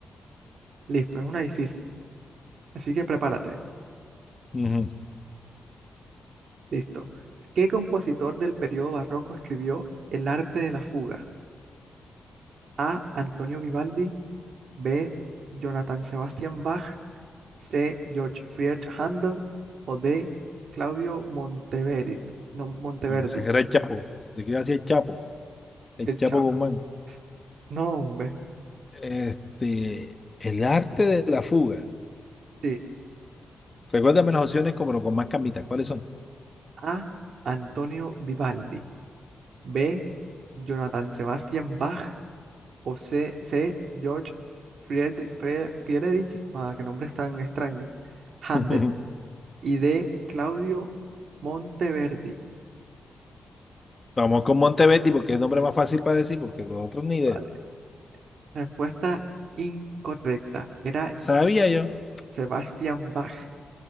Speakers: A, on the right; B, on the left.
A: Listo, es una difícil, así que prepárate.
B: Ujú.
A: Listo. ¿Qué compositor del periodo barroco escribió El arte de la fuga? A. Antonio Vivaldi. B. Jonathan Sebastian Bach. C. George Friedrich Handel. O D. Claudio Monteverdi. No, Monteverdi.
B: Yo pensaba que era el Chapo. ¿De qué hacía el Chapo? El
A: Qué
B: Chapo
A: chafo.
B: Guzmán.
A: No, hombre.
B: Este, el arte de la fuga.
A: Sí.
B: Recuérdame las opciones, como, pero con más cambitas. ¿Cuáles son?
A: A. Antonio Vivaldi. B. Jonathan Sebastian Bach. O C. C. George Friedrich. Fre- Friedrich. Ah, qué nombres tan extraños. Handel.
B: <laughs>
A: Y D. Claudio Monteverdi.
B: Vamos con Monteverdi porque es el nombre más fácil para decir, porque los otros ni de.
A: Vale. Respuesta incorrecta. Era
B: Sabía yo.
A: Sebastian Bach